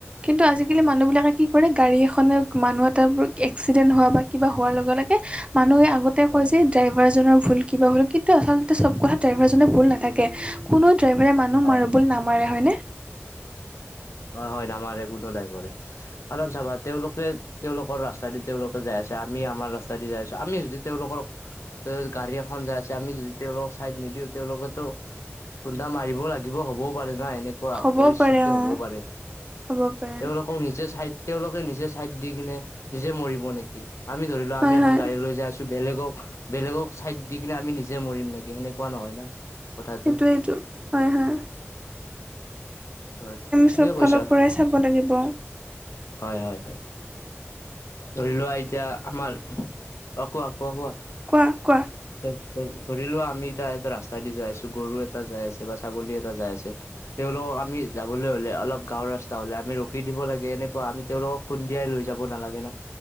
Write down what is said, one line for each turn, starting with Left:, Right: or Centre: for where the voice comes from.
Right: কিন্তু আজিকালি মানুহবিলাকে কি কৰে, গাড়ী এখনে মানুহ এটা এক্সিডেণ্ট হোৱা বা কিবা হোৱাৰ লগে-লগে মানুহে আগত
Left: হয়
Right: কয় যে ড্ৰাইভাৰজনৰ ভুল কিবা ভুল কিন্তু আচলতে চব কথা ড্ৰাইভাৰজনে ভুল নাই। থাকে। কোনো ড্ৰাইভাৰে মানুহ
Left: হয়
Right: মাৰোবুলি নামাৰে হয়নে?
Left: হয়-হয় নামাৰে কোনো নামাৰে। কাৰণ চাবা তেওঁলোকে তেওঁলোকৰ ৰাস্তা দি তেওঁলোকে যাই আছে, আমি আমাৰ ৰাস্তা দি যাই আছো। আমি যদি তেওঁলোকক গাড়ী এখন যাই আছে আমি যদি তেওঁলোকক চাইড নিদিওঁ, তেওঁলোকেতো খুন্দা মাৰিব লাগিব হ'বও পাৰে না এনেকুৱা
Right: হ'বও
Left: পৰিস্থিতি
Right: পাৰে অঁ
Left: হ'বও পাৰে।
Right: হ'ব পাৰে
Left: তেওঁলোক নিজে চাই তেওঁলোকে নিজে চাইড দি কিনে নিজে মৰিব নেকি? আমি ধৰি আমি
Right: হয়
Left: এখন
Right: হয়
Left: গাড়ী লৈ যায় আছো। বেলেগক বেলেগক চাইড দি কিনে আমি নিজে মৰিম নেকি সেনেকুৱা নহয় না। কথাটো
Right: সেইটোৱেটো হয়-হয়।
Left: হয়। তুমি ঠিকে
Right: চব
Left: কৈছা
Right: ফালৰ পৰাই চাব লাগিব।
Left: হয়-হয়-হয়। ধৰি লোৱা এতিয়া আমাৰ অ' কোৱা-কোৱা?
Right: কোৱা-কোৱা?
Left: ধৰি-ধৰি লোৱা আমি এতিয়া এটা ৰাস্তা দি যাই আছো, গৰু এ এটা যাই আছে বা ছাগলী এটা যাই আছে, তেওঁলোকক আমি যাবলৈ হলে অলপ গাঁওৰ ৰাস্তা তাহলে আমি ৰখি দিব লাগে এনেকুৱা আমি তেওঁলোকক খুন্দিয়াই লৈ যাব নালাগে না।